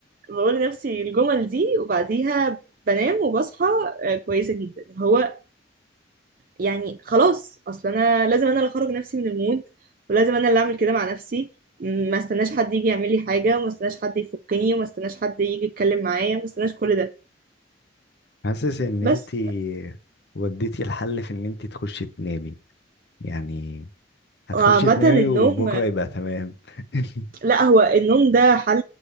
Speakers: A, on the right; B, on the left.
A: بقول لنفسي الجمل دي وبعديها بنام وبصحى آه، كويسة جدا هو يعني خلاص اصل انا لازم انا اللي اخرج نفسي من المود ولازم انا اللي اعمل كده مع نفسي م- ما استناش حد يجي يعمل لي حاجة وما استناش حد يفكني وما استناش حد يجي يتكلم معايا وما استناش كل ده
B: حاسس ان
A: بس
B: انت وديتي الحل في ان انت تخشي تنامي يعني هتخشي
A: وعامة
B: تنامي
A: النوم
B: وبكره يبقى تمام <laughs>
A: لا هو النوم ده حل